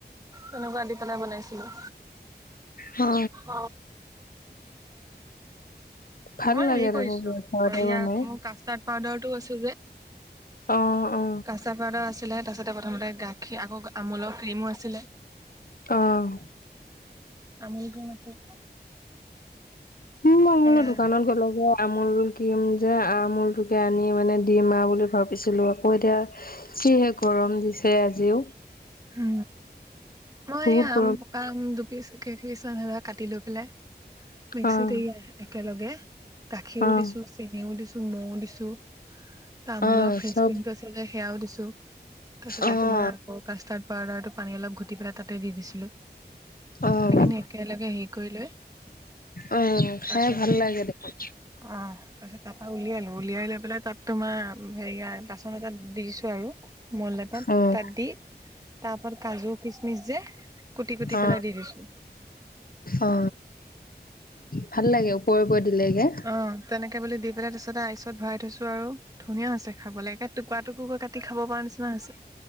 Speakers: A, on the right (about 20°); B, on the left (about 55°).
A: তেনেকুৱা দি পেলাই বনাইছিলো
B: অ
A: অ
B: ভাল
A: মই
B: লাগে
A: হেৰি কৰিছো
B: তেনেকে
A: ই
B: ঘৰতে বনাই
A: মোৰ কাষ্টাৰ্ড পাউদাৰতটো কৈছো যে।
B: অ অ
A: কাচাপাৰা আছে। আছিলে তাৰাছতে প্ৰথমতে গাখীৰ আকৌ আমোলৰ ক্ৰীমো আছিলে।
B: আহ
A: আমুল ক্ৰীম আছিলে
B: উ মই
A: সেয়া
B: মোলো দোকানত গ'লো ব আমুল কিম যে আমুলটোকে আনি মানে দিম আৰু বুলি ভাবিছিলো আকৌ এতিয়া কিহে গৰম দিছে আজিও
A: উ মই
B: বহুত
A: আম
B: গৰম
A: পকাম। পিচ কেই পিচ ম কাটি লৈ পেলাই মিক্সিত
B: অ',
A: একেলগে। গাখীৰো
B: অ'।
A: দিছো চেঙেও দিছো মৌও দিছো তামোলৰ
B: অ',
A: ফ্ৰেচ
B: চব
A: ক্ৰীমটো আছিল যে সেয়াও দিছো তাৰপিছতে
B: অ'।
A: তোমাৰ আকৌ কাষ্টাৰ্ড পাউাৰ। পানী অলপ ঘুটি পেলাই তাতে দি দিছিলো সেইখিনি
B: অ',
A: একেলগে হেৰি কৰি লৈ
B: অ
A: তাৰপিছত
B: খাই ভাল লাগে দেখোন।
A: অ তাৰপিছত তাৰপ পৰা উলিয়ালো উলিয়াই লৈ পেলাই তাত তোমাৰ হেৰিয় বাচন এটা দিছো। আৰু মল এটাত
B: অ',
A: তাত দি তাৰ পৰা কাজু খিচমিচ যে কুটি কুটি
B: অ
A: পেলাই দি দিছো।
B: অ ভাল লাগে ওপৰে ওপৰ দিলেগে
A: অ তেনেকে বুলি দি পেলাই তাছতে আইচত ভৰাই থৈছো আৰু ধুনীয়া হৈছে খাবলৈ একে টুকুৰা টুকু কাটি খাব পৰা নিচিনা হৈছে।